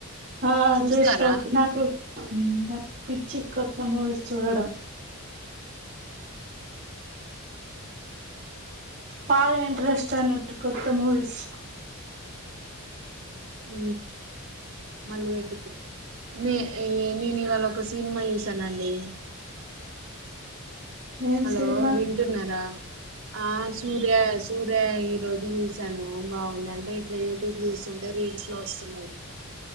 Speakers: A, on the right; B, on the right.
A: ఆ
B: చూస్తారా
A: చూస్త నాకు నాకు పిచ్చి కొత్త మూవీస్ చూడడం బాగ ఇంట్రెస్ట్ <unintelligible> కొత్త మూవిస్
B: హు మళ్ళీ పెట్టి నే నేను ఇవాళ ఒక సినిమా చూసానండి
A: ఏం
B: హలో
A: సినిమా
B: వింటున్నార ఆ సూర్య సూర్య రోజు చూసాను బాగుందంటే ఇట్ల యూట్యూబ్ చూస్తుంటే రీల్స్ లో వస్తున్నాయి